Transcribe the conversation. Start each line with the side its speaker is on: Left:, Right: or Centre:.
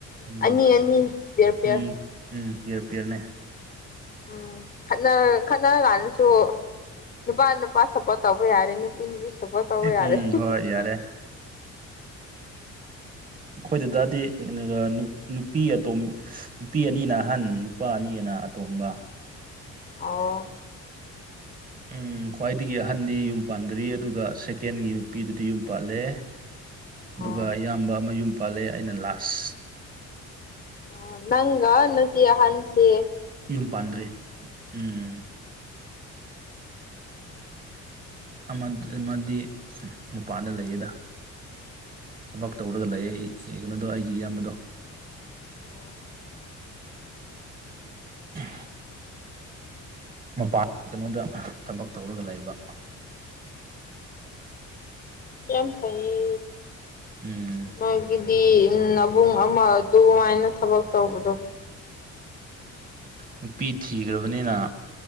Right: ꯎꯝ
Left: ꯑꯅꯤ ꯑꯅꯤ ꯄꯤꯌꯔ ꯄꯤꯌꯔ
Right: ꯎꯝ ꯎꯝ ꯄꯤꯌꯔ ꯄꯤꯌꯔꯅꯦ
Left: ꯎꯝ ꯈꯠꯅꯔ ꯈꯠꯅ ꯀꯥꯟꯗꯁꯨ ꯅꯨꯄꯥ ꯅꯨꯄꯥ ꯁꯞꯄꯣꯔꯠ ꯇꯧꯕ ꯌꯥꯔꯦ ꯅꯨꯄꯤ ꯅꯨꯄꯤ ꯁꯞꯄꯣꯠ ꯇꯧꯕ ꯌꯥꯔꯦ
Right: ꯎꯝ ꯍꯣꯏ ꯌꯥꯔꯦ ꯑꯩꯈꯣꯏ ꯗꯥꯗꯥꯗꯤ ꯑꯗꯨꯒ ꯅꯨꯞ ꯅꯨꯄꯤ ꯑꯇꯣꯝ ꯅꯨꯄꯤ ꯑꯅꯤꯅ ꯑꯍꯟ ꯅꯨꯄꯥ ꯑꯅꯤ ꯑꯅ ꯑꯇꯣꯝꯕ
Left: ꯑꯣ
Right: ꯎꯝ ꯈ꯭ꯋꯥꯏꯗꯒꯤ ꯑꯍꯟꯗꯤ ꯌꯨꯝ ꯄꯥꯟꯗ꯭ꯔꯤ ꯑꯗꯨꯒ ꯁꯦꯀꯦꯟꯒꯤ ꯅꯨꯄꯤꯗꯨꯗꯤ ꯌꯨꯝ ꯄꯥꯜꯂꯦ ꯑꯗꯨꯒ
Left: ꯑꯣ
Right: ꯏꯌꯥꯝꯕ ꯑꯃ ꯌꯨꯝ ꯄꯥꯜꯂꯦ ꯑꯩꯅ ꯂꯥꯁ
Left: ꯑꯣ ꯅꯪꯒ ꯅꯆꯦ ꯑꯍꯟꯁꯤ
Right: ꯌꯨꯝ ꯄꯥꯟꯗ꯭ꯔꯤ ꯎꯝ ꯑꯃꯠ ꯑꯃꯗꯤ ꯃꯄꯥꯟꯗ ꯂꯩꯌꯦꯗ ꯊꯕꯛ ꯇꯧꯔꯒ ꯂꯩꯌꯦ ꯑꯩ ꯀꯩꯅꯣꯗꯣ ꯑꯩꯒꯤ ꯏꯌꯥꯝꯕꯗꯣ
Left: ꯑꯣ
Right: ꯑ ꯃꯄꯥꯟ ꯀꯩꯅꯣꯗ ꯊꯕꯛ ꯇꯧꯔꯒ ꯂꯩꯕ꯫
Left: ꯌꯥꯝ ꯐꯩꯌꯦ
Right: ꯎꯝ
Left: ꯃꯣꯏꯒꯤ꯫ ꯗꯤ ꯅꯕꯨꯡ ꯑꯃ ꯑꯗꯨꯃꯥꯏꯅ ꯊꯕꯛ ꯇꯧꯕꯗꯣ꯫
Right: ꯅꯨꯄꯤ ꯊꯤꯈ꯭ꯔꯕꯅꯤꯅ